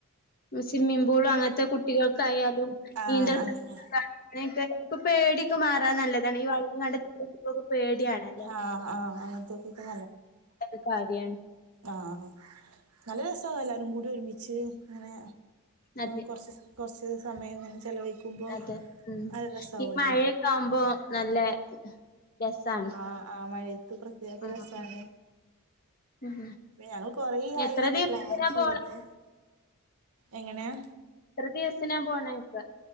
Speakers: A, on the left (about 40°); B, on the right (about 85°).
A: സിമ്മിംമ്പോളും അങ്ങനത്തെ കുട്ടികൾക്കായാലും
B: ആഹ്
A: നീന്തൽ
B: അങ്ങനെ
A: അങ്ങനൊക്കെ ഒ പേടിയൊക്കെ മാറാൻ നല്ല അത ഈ വള്ളം കണ്ടൊക്കെ പേടിയാണല്ലോ
B: ആഹ് ആഹ് അങ്ങനത്തെക്കൊക്കെ
A: അത് കാര്യാണ്
B: ആഹ നല്ല ര സ അത എല്ലാവരും കൂടി ഒരുമിച്ച് അങ്ങനെ
A: അതെ
B: കുറച്ച് കുറച്ച് സമയം ഇങ്ങനെ ചെലവഴിക്കുമ്പോ
A: അതെ ഉ
B: നല്ല രസാവല്ലോ
A: ഈ മഴയൊക്കെ ആവുമ്പോ നല്ല രസാണ്
B: ആഹ ആ മഴത്ത് പ്രത്യേക
A: ആഹ്
B: രസമാണ്
A: ഉം
B: ഞങ്ങൾ കൊറിയായി
A: എത്ര
B: ഇങ്ങനെ
A: ദിവസത്തിനാ
B: പ്ലാൻ ചെയ്തിട്ട്
A: പോണെ
B: എങ്ങനെയാ
A: എത്ര ദിവസനാപോണ ഇക്ക